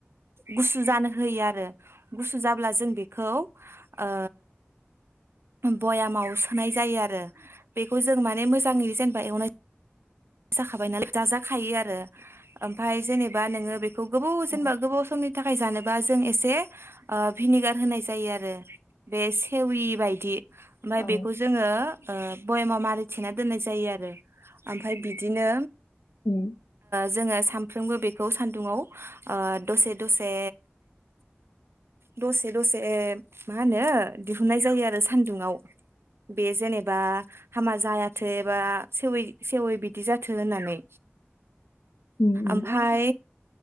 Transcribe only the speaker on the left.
औ
औ
अम।
उम उम